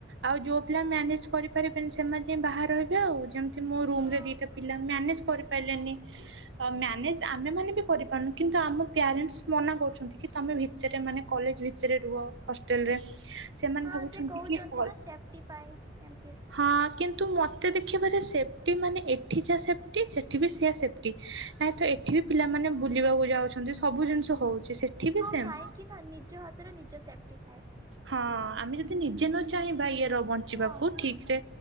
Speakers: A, on the right (about 80°); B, on the right (about 20°).
A: ଆଉ ଯୋଉ ପିଲା ମାନେ କରିପାରିବେନି, ସେମାନେ ଯାଇ ବାହାରେ ରହିବେ ଆଉ ଯେମିତି ମୋ ରୁମ
B: ହଁ
A: ରେ ଦିଟା ପିଲା ମ୍ୟାନେଜ କରି ପାରିଲେନି ମ୍ୟାନେଜ ଆମେ ମାନେ ବି କରିପାରୁନୁ କିନ୍ତୁ ଆମ ପ୍ୟାରେଣ୍ଟସ୍ ମନା କରୁଛନ୍ତି କି, ତମେ ଭିତରେ ମାନେ କଲେଜ ଭିତରେ ରେ ରୁହ ହଷ୍ଟେଲରେ ସେମାନେ
B: ହଁ
A: ଭାବୁଛନ୍ତି
B: ସେ କହୁଛନ୍ତି
A: କି ଅଲ୍,
B: ନା ସେଫ୍ଟି ପାଇଁ ଏମତି
A: ହଁ କିନ୍ତୁ ନ୍ତୁ, ମତେ ଦେଖିବାରେ ସେଫ୍ଟି ମାନେ, ଏଠି ଯାହା ସେଫ୍ଟି ସେଠି ବି ସେଆ ସେଫ୍ଟି। ନାଇ ତ ଏଠି ବି ପିଲାମାନେ ବୁଲିବାକୁ ଯାଉଛନ୍ତି, ସବୁ ଜିନିଷ ହଉଛି। ସେଠି ବି
B: ହଁ
A: ସେମ୍।
B: କାହିଁକି ନା, ନିଜ ହାତରେ ନିଜ ସେଫଟି ଥାଏ।
A: ହଁ ଆମେ ଯଦି ନିଜେ ନ ଚାହିଁବା ଇଏର ବଞ୍ଚିବାକୁ,
B: ହଁ
A: ଠିକ ରେ